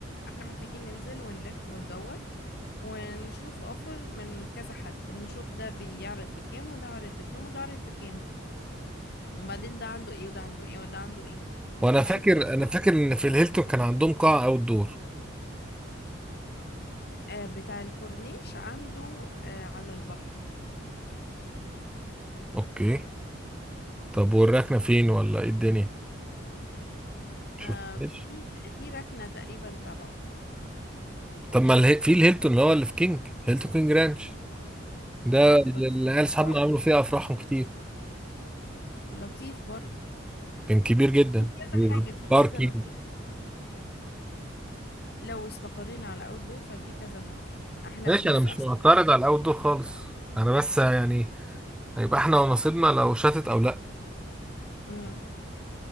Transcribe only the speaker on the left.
احنا محتاجين ننزل ونلف وندور ونشوف اوفر من كذا حد نشوف ده بيعرض بكام وده عرض بكام وده عرض بكام وبعدين ده عنده ايه وده عنده ايه وده عنده ايه
نشوف
كل
واحد.
آه، بتاع الكورنيش عنده آه، على البحر
آه، في في ركنة تقريبا تبعه
اه
بس
مشوار
لطيف برضو
في كذا حاجة في
كذا مكان لو استقرينا على اول دول ففي كذا مكان احنا
بص
احسن
امم